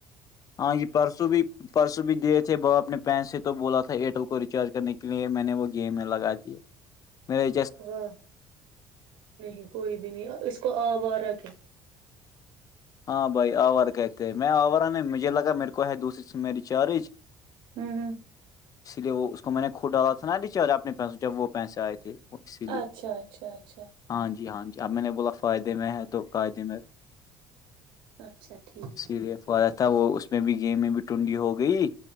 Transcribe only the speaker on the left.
ہاں جی پرسوں بھی پرسوں بھی دیے تھے باپ نے پین سے تو بولا تھا ایئرٹیل کو ریچارج کرنے کے لیے میں نے وہ گیم میں لگا دیے میں
ہاں بھائی آورا کہتے میں آورہ نہیں مجھے لگا میرے کو ہے دوسری سے میری چارج
اسی لیے وہ اس کو میں نے کود ڈالا تھا نا بیےارےنے پسوں سے جب وہ پیسے آئے تھے اسی لیے
ہاں جی ہاں آم میں نے بولا فائدے میں ہے تو قاعدے میر
سیریفا تھا وہ اس میں بھی گیہ میں بھی ٹنڈی ہو گئی